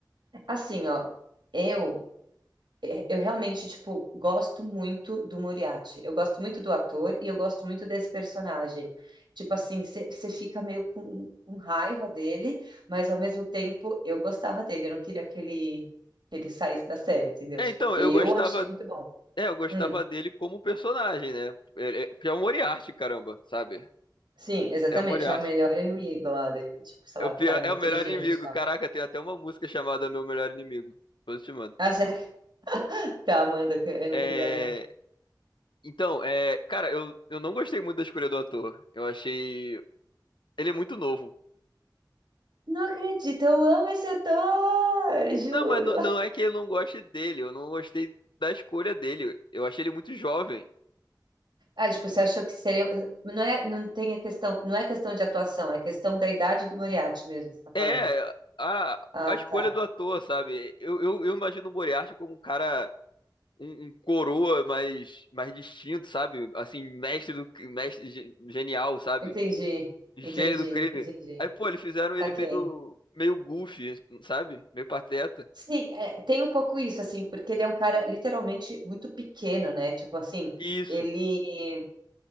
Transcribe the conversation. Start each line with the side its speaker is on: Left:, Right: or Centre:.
Right: Assim, ó, eu é, Eu realmente, tipo, gosto muito do Moriarty. Eu gosto muito do ator e eu gosto muito desse personagem. Tipo assim, você fica meio com, com raiva dele, mas ao mesmo tempo eu gostava dele. Eu não queria que ele, que ele saísse da série, entendeu?
Left: É,
Right: Tipo,
Left: então,
Right: eu
Left: eu gostava,
Right: achei muito bom.
Left: é, eu gostava
Right: Hum,
Left: dele como personagem, né? Ele- é- Porque é o Moriarty, caramba, sabe?
Right: sim, exatamente.
Left: É o Moriarty.
Right: É o melhor inimigo lá dele. Tipo, sei
Left: É
Right: lá,
Left: o pior,
Right: o cara é muito
Left: é o melhor
Right: inteligente
Left: inimigo.
Right: e tal.
Left: Caraca, tem até uma música chamada Meu Melhor Inimigo. Depois eu te mando.
Right: Ah, sério? <laughs> Tá, Amanda, que eu não
Left: É,
Right: tô ligada, não.
Left: Então, é, cara, eu, eu não gostei muito da escolha do ator. Eu achei. Ele é muito novo.
Right: Não acredito, eu amo esse ator, juro.
Left: Não, mas não, não é que eu não goste dele, eu não gostei da escolha dele. Eu achei ele muito jovem.
Right: Ah, tipo, você achou que seria. Não é, não tem a questão, não é questão de atuação, é questão da idade do Moriarty mesmo, que você tá falando.
Left: É, a,
Right: Ah,
Left: a escolha
Right: tá.
Left: do ator, sabe? Eu, eu, eu imagino o Moriarty como um cara. Um, um coroa mais, mais distinto, sabe? Assim, mestre do. cri- Mestre ge- genial, sabe?
Right: Entendi,
Left: Gênio
Right: entendi,
Left: do crime.
Right: entendi.
Left: Aí, pô, eles fizeram ele
Right: Saquei.
Left: meio. Meio goofy, sabe? Meio pateta.
Right: Sim, é, tem um pouco isso, assim, porque ele é um cara literalmente muito pequeno, né? Tipo assim,
Left: Isso.
Right: ele.